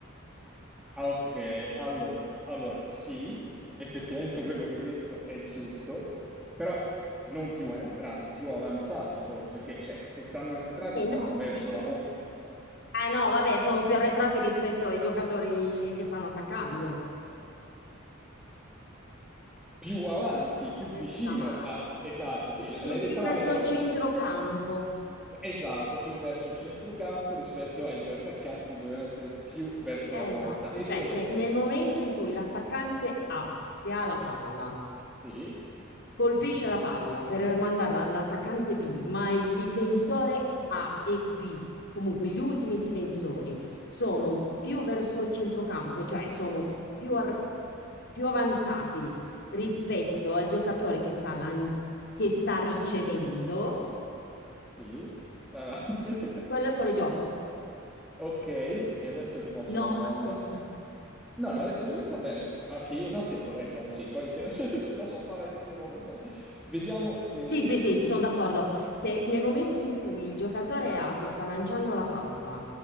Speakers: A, in the centre; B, on the left (about 55°).
A: Ah, Ok, allora, allora sì, effettivamente quello che hai detto è giusto, però non più arretrati, più avanzati forse, perché cioè, se stanno arretrati
B: Eh
A: stanno
B: no, se
A: verso
B: difensa...
A: la porta,
B: Eh no, vabbè, sono più arretrati rispetto ai giocatori che stanno attaccando.
A: più avanti, più
B: Stessa
A: vicino
B: male.
A: a... Esatto, sì,
B: Sono
A: l- l'hai
B: più
A: detta
B: verso
A: male, però
B: il centrocampo.
A: esatto, più verso il centrocampo rispetto ai due attaccanti che dovevano essere più verso
B: Eh,
A: la porta.
B: Esatto,
A: Ed
B: cioè
A: è...
B: se nel momento in cui l'attaccante A, che ha la palla,
A: Sì,
B: colpisce la palla per mandarla all'attaccante B, ma il difensore A e B, comunque gli ultimi difensori, sono più verso il centrocampo, cioè sono più, ar- più avanzati rispetto al giocatore che sta, lan- che sta ricevendo,
A: sì, avanti. <laughs>
B: quello è fuori gioco.
A: Ok, e adesso ti faccio
B: No,
A: la domanda.
B: aspetta.
A: No, no,
B: Eh.
A: l'hai l'hai detta bene, ah, che io sappia è corretta così, poi se, <laughs> se- se la so male anch'io non lo so. Vediamo se
B: Sì, sì, sì, sono d'accordo. Se nel momento in cui il giocatore A che sta lanciando la palla,